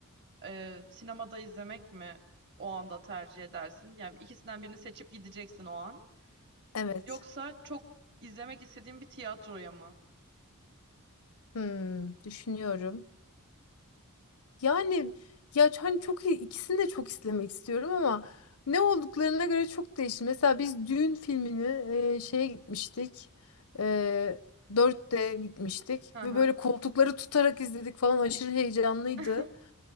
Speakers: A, on the right (about 50°); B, on the left (about 70°).
A: e, sinemada izlemek mi o anda tercih edersin? Yani ikisinden birini seçip gideceksin o an.
B: Evet.
A: Yoksa çok izlemek istediğin bir tiyatroya mı?
B: Hmm, düşünüyorum. Yani ya hani çok iyi- ikisini de çok izlemek istiyorum ama ne olduklarına göre çok değişir. Mesela biz düğün filmini e, şeye gitmiştik. E, 4 gitmiştik
A: Hı hı.
B: ve böyle koltukları tutarak izledik falan aşırı heyecanlıydı.
A: <laughs>